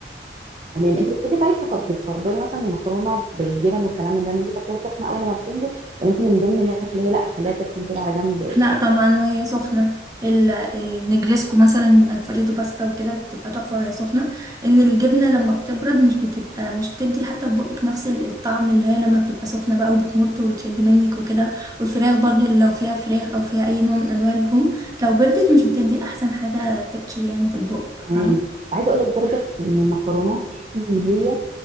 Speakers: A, on the right (about 35°); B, on the right (about 20°).
A: تمام انت بتحبي طيب تف- بتفضلي مثلا المكرونه بالجبن والكلام من ده ان انت تاكليها سخنه اول ما بتنزل ولا انت من ضمن الناس اللي هي لا خليها تركن كده على جنب
B: لا طبعا وهي سخنة ال- النجريسكو مثلا والالفريدو باستا وكده بتبقى تحفة وهي سخنة ان الجبنة لما بتبرد مش بتبقى مش بتدي حتى في بقك نفس ال- الطعم اللي هي لما بتبقى سخنة بقى وبتمط وبتشد منك وكده والفراخ برضو لو فيها فراخ او فيها اي نوع من انواع اللحوم لو بردت مش بتدي احسن حاجة تكتشر يعني في البق
A: تمام
B: فاهمة
A: وعايزه اقول لك برضك ان المكرونات تحس ان هي